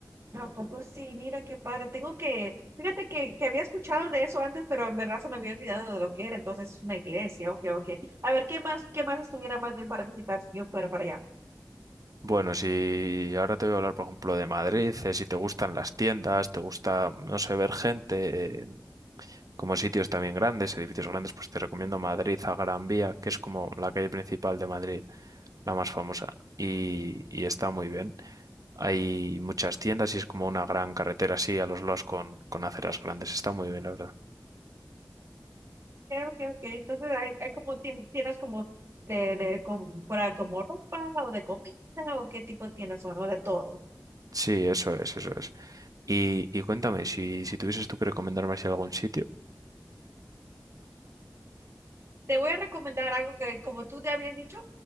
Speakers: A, on the right; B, on the right.
A: Tampoco sí, mira qué padre. Tengo que, fíjate que, que había escuchado de eso antes, pero en verdad se me había olvidado de lo que era. Entonces es una iglesia, ok, ok. A ver, ¿qué más, qué más estuviera más bien para visitar si yo fuera para allá?
B: Bueno, si ahora te voy a hablar, por ejemplo, de Madrid, eh, si te gustan las tiendas, te gusta, no sé, ver gente, eh, como sitios también grandes, edificios grandes, pues te recomiendo Madrid a Gran Vía, que es como la calle principal de Madrid la más famosa, y, y está muy bien. Hay muchas tiendas y es como una gran carretera así a los lados con, con aceras grandes. Está muy bien, la verdad.
A: ok, ok. ok. Entonces hay, hay como tien- tienes como de, de com- para como ropa o de comida o qué tipo tienes o no de todo.
B: Sí, eso es, eso es. Y, y cuéntame, si, si tuvieses tú que recomendarme así algún sitio.
A: Te voy a recomendar algo que, como tú te habías dicho,